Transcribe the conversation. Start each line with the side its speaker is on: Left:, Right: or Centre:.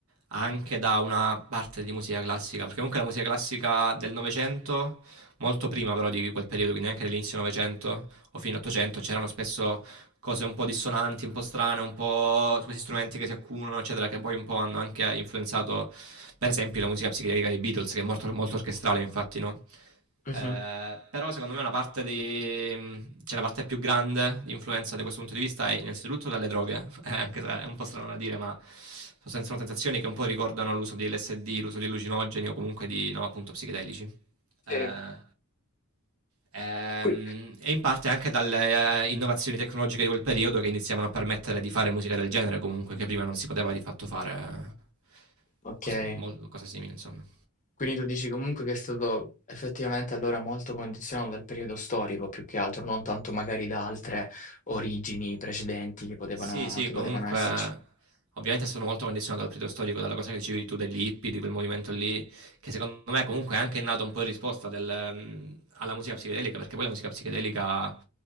Right: anche da una parte di musica classica, perché comunque la musica classica del Novecento, molto prima però di quel periodo, quindi anche dell'inizio Novecento o fino all'Ottocento, c'erano spesso cose un po' dissonanti, un po' strane, un po' questi strumenti che si accumulano, eccetera, che poi un po' hanno anche influenzato, per esempio, la musica psichedelica dei Beatles, che è molto, molto orchestrale, infatti, no?
Left: Mh-mh.
Right: Eh, però secondo me una parte di... cioè la parte più grande di influenza da questo punto di vista è innanzitutto dalle droghe, <laughs> eh, anche se è un po' strano da dire, ma sono, sono sensazioni che un po' ricordano l'uso di LSD, l'uso di allucinogeni o comunque di, no, appunto, psichedelici. Eh,
Left: Sì.
Right: ehm,
Left: Qui
Right: e in parte anche dalle eh, innovazioni tecnologiche di quel periodo che iniziavano a permettere di fare musica del genere comunque, che prima non si poteva di fatto fare eh,
Left: okay.
Right: cosa, mol- cosa simile, insomma.
Left: Quindi tu dici comunque che è stato effettivamente allora molto condizionato dal periodo storico, più che altro, non tanto magari da altre origini precedenti che potevano
Right: Sì, sì,
Left: che
Right: comunque
Left: potevano esserci.
Right: ovviamente sono molto condizionato dal periodo storico, dalla cosa che dicevi tu degli hippie, di quel movimento lì, che secondo me comunque è anche nato un po' in risposta del, ehm, alla musica psichedelica, perché poi la musica psichedelica